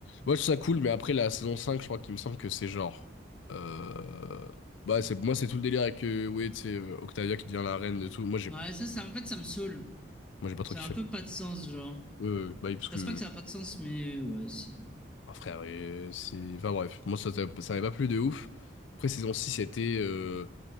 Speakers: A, on the left; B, in the centre.
A: Ouais, je trouve ça cool. Mais après, la saison 5 je crois qu'il me semble que c'est genre. euh, Bah, c'est... moi, c'est tout le délire avec. euh, ouais, tu sais, euh, Octavia qui devient la reine de tout. Moi, j'ai
B: Ouais, ça, ça, en fait, ça me saoule.
A: moi, j'ai pas trop
B: Ça
A: kiffé.
B: a un peu pas de sens, genre. Enfin,
A: Ouais, ouais, ouais. Bah, oui, parce que
B: c'est pas que ça a pas de sens, mais ouais, si.
A: Ah, frère, et c'est... Enfin bref, moi ça, ça, ça m'avait pas plu de ouf. Après, saison 6 c'était... euh,